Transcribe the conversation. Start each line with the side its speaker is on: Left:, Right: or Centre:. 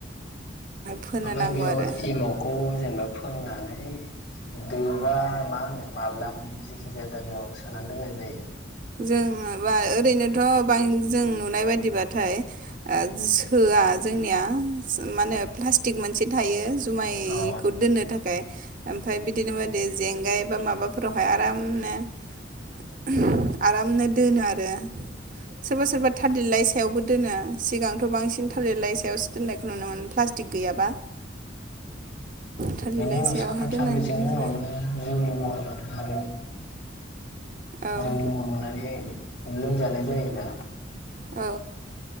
Right: फोनो
Left: ओमफाय
Right: नांगौ
Left: बेयाव
Right: आरो
Left: एमावखौ जेनेबा फोननानै दोबा मा होन <inaudible> आलादा जेखि जाया जायगायाव सोनानै दोननाय जायो।
Right: जोङो बा ओरैनोथ' बां जों नुनाय बायदिबाथाय ओ सोआ जोंनिया <inaudible> प्लाष्टिक मोनसे थायो जुमाइखौ
Left: औ
Right: दोननो थाखाय। ओमफ्राय बिदिनो बायदि जेंगाय <inaudible> बा माब <inaudible> माबाफोरावहाय आरामनो ओहोम <inaudible> आरामनो दोनो आरो। सोरबा सोरबा थालिरलाइ स सायावबो दोनो सिगांथ' बांसिन थालेरलाइ सायावसो दोननायखौ नुनो मोनो प्लास्टिक गैयाबा। थालिर
Left: बिनि
Right: लाइसायावहाय
Left: उनाव सानथाम
Right: दोननाय
Left: सानब्रैसोनि
Right: नुयोमोन
Left: उनावनो
Right: आरो
Left: जौनि महर
Right: औ
Left: जौनि महर मोननानै लोंजानाय जायो दा?
Right: औ